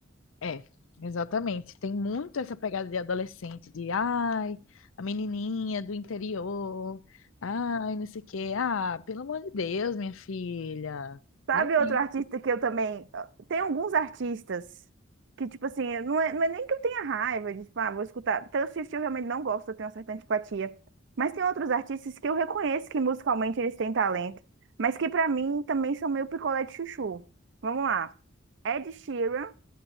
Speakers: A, on the left; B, on the right.
A: É, exatamente. Tem muito essa pegada de adolescente, de ai, a menininha do interior, ai, não sei o quê. Ah, pelo amor de Deus, minha filha.
B: Sabe
A: E aí?
B: outro artista que eu também. ah, Tem alguns artistas que, tipo assim, não é, não é nem que eu tenha raiva de, tipo, ah, vou escutar. Taylor Swift eu realmente não gosto, eu tenho uma certa antipatia. Mas tem outros artistas que eu reconheço que musicalmente eles têm talento, mas que pra mim também são meio picolé de chuchu. Vamos lá. Ed Sheeran